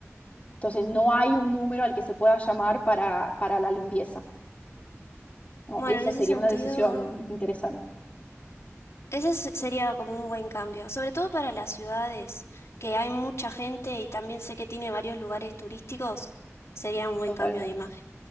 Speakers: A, on the left; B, on the left.
A: Entonces, no hay un número al que se pueda llamar para, para la limpieza, ¿no?
B: bueno,
A: Esa
B: en ese
A: sería
B: sentido,
A: una decisión interesante.
B: ese se- sería como un buen cambio, sobre todo para las ciudades, que hay mucha gente y también sé que tiene varios lugares turísticos, sería un buen
A: Totalmente.
B: cambio de imagen.